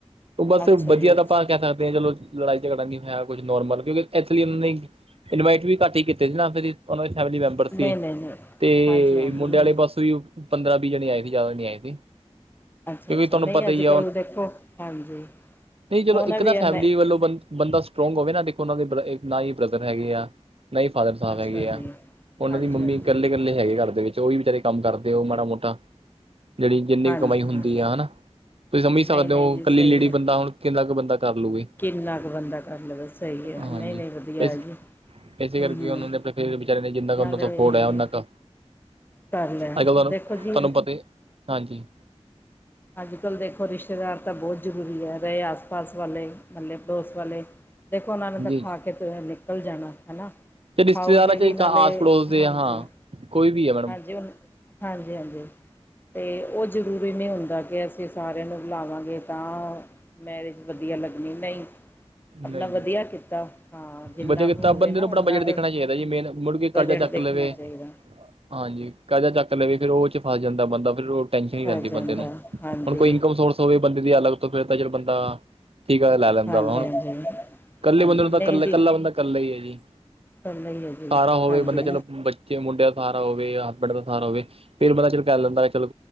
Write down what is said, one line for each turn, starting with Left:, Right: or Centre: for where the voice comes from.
Right: ਬਸ
Left: ਅੱਛਾ
Right: ਵਧੀਆ
Left: ਜੀ ਅੱਛਾ
Right: ਤਾਂ ਆਪਾਂ ਕਹਿ ਸਕਦੇ ਹਾਂ ਚਲੋ ਲੜਾਈ ਝਗੜਾ ਨਹੀਂ ਹੋਇਆ, ਕੁਛ ਨੋਰਮਲ ਕਿਉਂਕਿ ਇਥਲੀ ਉਹਨਾਂ ਨੇ- ਇਨਵਾਈਟ ਵੀ ਘੱਟ ਹੀ ਕੀਤੇ ਸੀ ਨਾ ਫੇਰ ਉਹਨਾਂ ਦੇ ਫੈਮਿਲੀ ਮੈਂਬਰ
Left: ਨਹੀਂ
Right: ਸੀ
Left: ਨਹੀਂ ਨਹੀਂ
Right: ਤੇ
Left: ਹਾਂਜੀ ਹਾਂਜੀ
Right: ਮੁੰਡੇ
Left: ਨਹੀਂ
Right: ਵਾਲੇ ਬਸ। ਤੁਸੀਂ ਪੰਦਰਾਂ-ਵੀਹ ਜਣੇ ਆਏ ਸੀ, ਜ਼ਿਆਦਾ ਜਣੇ ਆਏ ਸੀ।
Left: ਅੱਛਾ-ਅੱਛਾ,
Right: ਕਿਉਂਕਿ ਤੁਹਾਨੂੰ
Left: ਨੀ
Right: ਪਤਾ
Left: ਅੱਜ-ਕੱਲ
Right: ਹੀ
Left: ਦੇਖੋ ਹਾਂਜੀ।
Right: ਨਈ ਜਦੋਂ
Left: ਹੁਣ
Right: ਇੱਕ
Left: ਵੀ
Right: ਨਾ
Left: ਇਨਾ
Right: ਫੈਮਿਲੀ ਵੱਲੋਂ ਬ ਬੰਦਾ ਸਟਰੋਂਗ ਹੋਵੇ ਨਾ, ਦੇਖੋ ਉਹਨਾਂ ਦੇ ਨਾ ਹੀ ਬ੍ਰਦਰ ਹੈਗੇ ਆ ਨਾ ਹੀ ਫਾਦਰ ਸਾਹਿਬ
Left: ਅੱਛਾ
Right: ਹੈਗੇ
Left: ਜੀ
Right: ਆ, ਉਹਨਾਂ
Left: ਹਾਂਜੀ
Right: ਦੀ ਮੰਮੀ
Left: ਹਾਂਜੀ
Right: ਕੱਲੇ-ਕੱਲੇ ਹੈਗੇ ਘਰ ਦੇ ਵਿੱਚ ਉ ਵੀ ਵਿਚਚਾਰੇ ਕੰਮ ਕਰਦੇ ਹੋ ਮਾੜਾ ਮੋਟਾ, ਜਿਹੜੀ ਜਿੰਨੀ
Left: ਹਾਂਜੀ
Right: ਵੀ ਕਮਾਈ ਹੁੰਦੀ
Left: ਹਾਂਜੀ
Right: ਆ ਹਨਾ, ਤੁਸੀਂ ਸਮਝ ਸਕਦੇ
Left: ਨਹੀਂ ਨਹੀਂ
Right: ਹੋ
Left: ਜੀ ਸਹੀ
Right: ਤੇ ਲੇਡੀ
Left: ਹੈ
Right: ਬੰਦਾ ਹੁਣ ਕਿੰਨਾ ਕੁ ਬੰਦਾ ਕਰ ਲੂਗੀ।
Left: ਕਿੰਨਾ ਕੁ ਬੰਦਾ ਕਰ ਲਵੇ ਸਹੀ ਏ,
Right: ਹਾਂਜੀ
Left: ਨਈ-ਨਈ ਵਧੀਆ
Right: ਇਸ
Left: ਜੀ।
Right: ਇਸੇ
Left: ਹੂੰ
Right: ਕਰਕੇ
Left: ਹੂੰ
Right: ਉਹਨਾਂ ਦੇ ਆਪਣੇ ਫੇਰ ਵਿਚਾਰੇ ਨੇ ਜਿੰਨਾ ਕੁ
Left: ਨਾਲੇ
Right: ਉਹਨਾਂ ਦਾ ਸਪੋਰਟਇਆ ਉਹਨਾਂ ਕੁ
Left: ਕਰ ਲੈਣ
Right: ਅੱਜ-ਕੱਲ
Left: ਦੇਖੋ
Right: ਤੁਹਾਨੂੰ
Left: ਜੀ
Right: ਪਤਾ ਹੀ ਹਾਂਜੀ।
Left: ਅੱਜ-ਕੱਲ੍ਹ ਦੇਖੋ ਰਿਸ਼ਤੇਦਾਰ ਤਾਂ ਬਹੁਤ ਜ਼ਰੂਰੀ ਐ। ਰਹੇ ਆਸ-ਪਾਸ ਵਾਲੇ ਮਹੱਲੇ ਪੜੋਸ ਵਾਲੇ ਦੇਖੋ ਉਹਨਾਂ ਨੂੰ ਤਾਂ
Right: ਜੀ
Left: ਖਾ ਕੇ ਨਿਕਲ ਜਾਣਾ ਹੈਨਾ।
Right: ਤੇ ਰਿਸ਼ਤੇਦਾਰਾਂ
Left: ਖਾਊਗੇ
Right: ਚ
Left: ਵੀ
Right: ਇੱਕ
Left: ਨਾਲੇ,
Right: ਆਸ ਪੜੋਸ ਦੇ
Left: ਹਾਂਜੀ-ਹਾਂਜੀ
Right: ਹਾਂ ਕੋਈ ਵੀ ਹੈ ਮੈਡਮ
Left: ਹ ਹਾਂਜੀ-ਹਾਂਜੀ ਤੇ ਉਹ ਜ਼ਰੂਰੀ ਨਈ ਹੁ ਦਾਂ ਕਿ ਅਸੀਂ ਸਾਰਿਆਂ ਨੂੰ ਬੁਲਾਵਾਂਗੇ ਤਾਂ ਮੈਰਿਜ ਵਧੀਆ ਲੱਗਣੀ, ਨਈ ਆਪਣਾ
Right: ਨਹੀਂ
Left: ਵਧੀਆ
Right: ਜੀ
Left: ਕੀਤਾ, ਹਾਂ ਜਿੰਨਾ
Right: ਵਧੀਆ ਕੀਤਾ
Left: ਕੁ ਹੋਵੇ
Right: ਬੰਦੇ
Left: ਨਾ
Right: ਨੂੰ
Left: ਓਨਾ
Right: ਆਪਣਾ ਬਜਟ ਦੇਖਣਾ
Left: ਕੁ
Right: ਚਾਹੀਦਾ ਜੀ ਮੇਨ ਮੁੜ ਕੇ ਕਰਜ਼ਾ
Left: ਬਜਟ
Right: ਚੱਕ
Left: ਦੇਖਣਾ
Right: ਲਵੇ
Left: ਚਾਹੀਦਾ।
Right: ਹਾਂਜੀ ਕਾਜ਼ਾ ਚੱਕ ਲਵੇ ਫਿਰ ਉਹ ਚ ਫਸ ਜਾਂਦਾ, ਬੰਦਾ ਫਿਰ ਉਹ ਟੈਨਸ਼ਨ ਹੀ
Left: ਪੈ
Right: ਰਹਿੰਦੀ
Left: ਜਾਂਦਾ
Right: ਬੰਦੇ ਨੂੰ
Left: ਹਾਂਜੀ
Right: ਹੁਣ ਕੋਈ ਇਨਕਮ ਸੋਰਸ ਹੋਵੇ ਬੰਦੇ ਦੀ ਅਲਗ ਤੋਂ ਫਿਰ ਜ ਬੰਦਾ ਠੀਕ ਆ ਲੈ ਲੈਂਦਾ
Left: ਹਾਂਜੀ
Right: ਵਾ ਹੁਣ
Left: ਹਾਂਜੀ।
Right: ਕੱਲੇ
Left: ਹਾਂਜੀ
Right: ਬੰਦੇ ਨੂੰ
Left: ਨਹੀਂ
Right: ਤਾਂ ਕੱਲਾ-ਕੱਲਾ
Left: ਜੀ
Right: ਬੰਦਾ ਕੱਲਾ ਹੀ ਹੈ ਜੀ
Left: ਕਰਨਾ ਹੀ ਹੈ ਜੀ
Right: ਸਾਰਾ ਹੋਵੇ
Left: ਹਾਂਜੀ
Right: ਬੰਦਾ ਚਲੋ ਜੇ ਮੁੰਡਿਆਂ ਦਾ ਸਾਰਾ ਹੋਵੇ ਜਾਂ ਹਸਬੈਂਡ ਦਾ ਸਹਾਰਾ ਹੋਵੇ ਫਿਰ ਬੰਦਾ ਚਲ ਕਰ ਲੈਂਦਾ ਚਲੋ